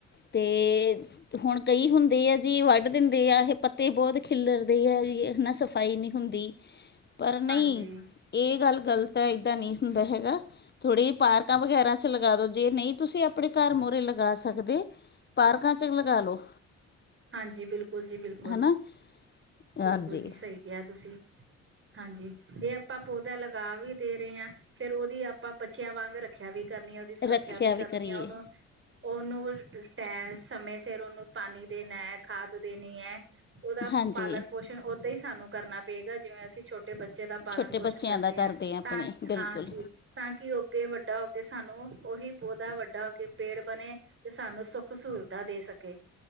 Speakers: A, on the left; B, on the right.
A: ਤੇ। ਹੁਣ ਕਈ ਹੁੰਦੇ ਆ ਜੀ ਵੱਢ ਦਿੰਦੇ ਆ ਇਹ ਪੱਤੇ ਬਹੁਤ ਖਿਲਰਦੇ ਆ ਜੀ ਨਾ ਸਫਾਈ ਨਹੀਂ ਹੁੰਦੀ। ਪਰ ਨਹੀਂ,
B: ਹਾਂਜੀ
A: ਇਹ ਗੱਲ ਗ਼ਲਤ ਹੈ ਏਦਾਂ ਨਹੀਂ ਹੁੰਦਾ ਹੈਗਾ। ਥੋੜ੍ਹੀ ਜਿ ਪਾਰਕਾਂ ਵਗੈਰਾ ਚ ਲਗਾ ਦੋ ਜੇ ਨਹੀਂ ਤੁਸੀਂ ਆਪਣੇ ਘਰ ਮੂਹਰੇ ਲਗਾ ਸਕਦੇ। ਪਾਰਕਾ ਚ ਲਗਾ ਲਓ।
B: ਹਾਂਜੀ ਬਿਲਕੁਲ ਜੀ ਬਿਲਕੁਲ-
A: ਹਨਾ ਹਾਂਜੀ
B: ਬਿਲਕੁਲ ਜੀ ਸਹੀ ਕਿਹਾ ਤੁਸੀਂ। ਜੀ, ਜੇ ਆਪਾਂ ਪੌਦਾ ਲਗਾ ਵੀ ਦੇ ਰਹੇ ਹਾਂ ਫੇਰ ਉਹਦੀ ਆਪਾਂ ਬੱਚਿਆਂ ਵਾਂਗ ਰੱਖਿਆ ਵੀ ਕਰਨੀ ਆ। ਦੀ ਸੁਰੱਖਿਆ
A: ਰੱਖਿਆ
B: ਵੀ ਕਰਨੀ
A: ਕਰੀਏ
B: ਆ ਉਹਨੂੰ। ਉਹਨੂੰ ਟਾਈਮ ਸਮੇਂ ਸਿਰ ਉਹਨੂੰ ਪਾਣੀ ਦੇਣਾ ਹੈ ਖਾਦ ਦੇਣੀ ਹੈ। ਉਹਦਾ
A: ਹਾਂਜੀ
B: ਪਾਲਣ ਪੋਸ਼ਣ ਓਦਾਂ ਹੀ ਸਾਨੂੰ। ਕਰਨਾ ਪਏਗਾ ਜਿਵੇਂ ਅਸੀਂ ਛੋਟੇ ਬੱਚੇ ਦਾ ਪਾਲਣ
A: ਛੋਟੇ
B: ਪੋਸ਼ਣ
A: ਬੱਚਿਆਂ
B: ਕਰਦੇ
A: ਦਾ
B: ਹਾਂ
A: ਆ ਆਪਣੇ
B: ਤਾਂ
A: ਬਿਲਕੁਲ
B: ਹਾਂ ਕਿ। ਤਾਂ ਕਿ ਅੱਗੇ ਵੱਡਾ ਹੋ ਕੇ ਸਾਨੂੰ ਉਹੀ ਪੌਦਾ ਵੱਡਾ ਹੋ ਕੇ ਪੇੜ ਬਣੇ। ਤੇ ਸਾਨੂੰ ਸੁੱਖ ਸਹੂਲਤਾਂ ਦੇ ਸਕੇ।